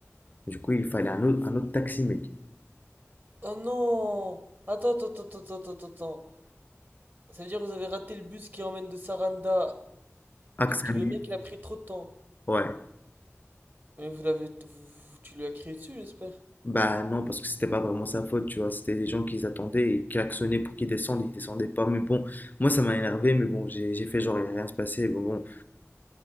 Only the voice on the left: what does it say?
Du coup, il fallait un autre, un autre taxi, mec.
Axamil.
Ouais.
Bah, non, parce que c'était pas vraiment sa faute, tu vois. C'était des gens qui attendaient et klaxonnaient pour qu'ils descendent. Ils descendaient pas. Mais bon, moi, ça m'a énervé. Mais bon, j'ai j'ai fait genre, il n'y a rien se passé. Bon, bon,